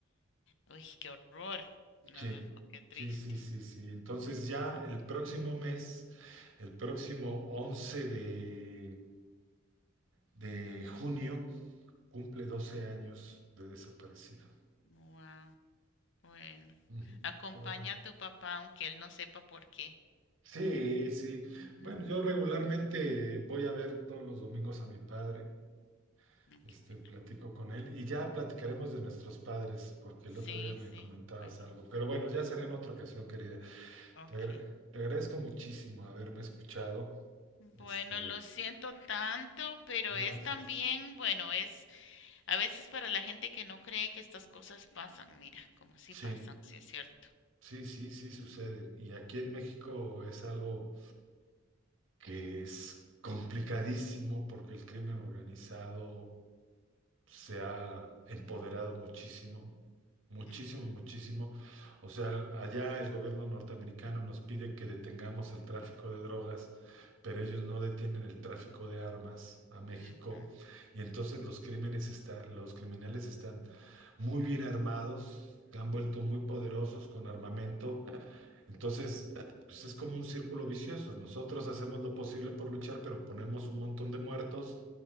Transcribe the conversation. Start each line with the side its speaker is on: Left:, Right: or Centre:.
Left: ¡Uy, qué horror! No,
Right: Sí,
Left: no, no, qué triste.
Right: sí, sí, sí, sí. Entonces ya el próximo mes, el próximo 11 de, de junio, cumple 12 años de desaparecido.
Left: Wow, bueno.
Right: Ujú.
Left: Acompaña
Right: Pero bueno.
Left: a tu papá aunque él no sepa por qué.
Right: Sí, sí.
Left: Ujú.
Right: Bueno, yo regularmente voy a ver todos los domingos a mi padre,
Left: Ah,
Right: este,
Left: qué bueno.
Right: platico con él y ya platicaremos de nuestros padres, porque
Left: Sí,
Right: el otro día me
Left: sí.
Right: comentabas
Left: pues,
Right: algo. Pero bueno, ya será en otra ocasión, querida.
Left: Ok.
Right: Te, agra- te agradezco muchísimo haberme escuchado. Este,
Left: Bueno, lo siento tanto, pero
Right: Gracias.
Left: es también, bueno, es a veces para la gente que no cree que estas cosas pasan, mira, como si
Right: Sí,
Left: pasan, sí es cierto.
Right: sí, sí, sí suceden. Y aquí en México es algo que es complicadísimo porque el crimen organizado se ha empoderado muchísimo, muchísimo,
Left: Ujú,
Right: muchísimo. O sea, el- allá el gobierno norteamericano nos pide que detengamos el tráfico de drogas, pero ellos no detienen el tráfico de armas a México.
Left: ujú,
Right: Y entonces los crímenes está- los criminales están muy bien armados, se han vuelto muy poderosos con armamento. Entonces, pues es como un círculo vicioso. Nosotros hacemos lo posible por luchar, pero ponemos un montón de muertos